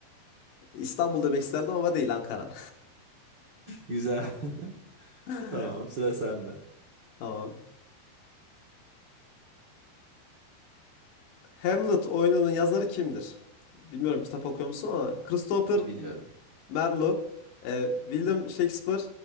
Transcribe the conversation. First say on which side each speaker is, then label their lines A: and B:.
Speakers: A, on the left; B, on the right.
A: İstanbul demek isterdim ama değil Ankara.
B: <laughs> Güzel. <laughs>
A: <laughs>
B: Tamam sıra sende.
A: Tamam. Hamlet oyununun yazarı kimdir? Bilmiyorum kitap okuyor musun ama Christopher
B: E, Biliyorum.
A: Marlowe, e, William Shakespeare,